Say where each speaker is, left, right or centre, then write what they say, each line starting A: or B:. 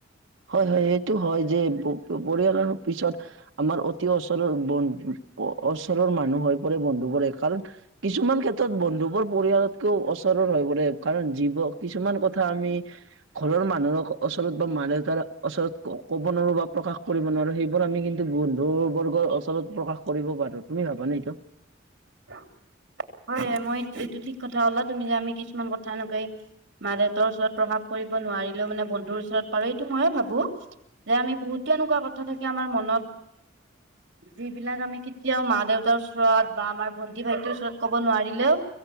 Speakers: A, on the right (about 80°); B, on the right (about 65°).
A: হয় সেইটো হয় পৰিয়ালৰ পিছত আমাৰ অতি ওচৰৰ বন্ধু ওচৰৰ মানুহ হৈ পৰে বন্ধু। কাৰণ কিছুমান ক্ষেত্ৰত বন্ধুবোৰ পৰিয়ালতকেও ওচৰ হৈ পৰে। কাৰণ জীৱ কিছুমান কথা আমি ঘৰৰ মানুহৰ ওচৰত বা মা দেউতাৰ ওচৰত ক'ব নোৱাৰো বা প্ৰকাশ কৰিব নোৱাৰোঁ। সেইবোৰ আমি কিন্তু বন্ধু বৰ্গৰ ওচৰত প্ৰকাশ কৰিব পাৰোঁ। তুমি ভাবানে এইটো।
B: <inaudible> হয়, হয় মই এইটো ঠিক লা তুমি যে কিছুমান কথা এনেক মা দেউতৰ ওচৰত প্ৰভাৱ কৰিব নোৱাৰিলেও মানে বন্ধুৰ ওচৰত পাৰো এইটো ময়ো ভাবোঁ। যে আমি বহুতে এনেকুৱা কথা থাকি আমাৰ মনত যিবিলাক আমি কেতিয়াও মা দেউতাৰ ওচৰত বা আমাৰ ভন্টি ভাইটিৰ ওচৰত মাৰিলেও